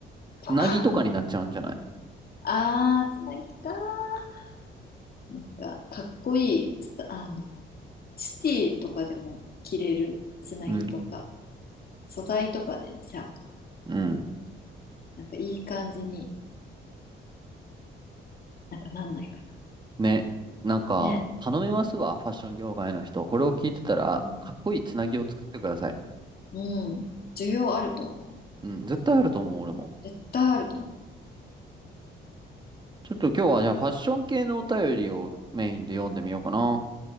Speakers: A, on the left; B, on the right.
A: とか。
B: うなぎとかになっちゃうんじゃない
A: <laughs> あー、つなぎかー。なんかかっこいいスタあのシティとかでも着れるつなぎとか
B: のうん。
A: 素材とかでねさ
B: うん。
A: なんかいい感じになんかなんないか
B: ね、なんか、
A: なね
B: 頼みますわ、ファッション業界の人。これを聞いてたら、
A: うん
B: かっこいいつなぎを作ってください。
A: うん需要あると思う
B: うん、絶対あると思う、俺も。
A: 絶対あると思う
B: ちょっと今日はじゃあファッション系のお便りをメインで読んでみようかな。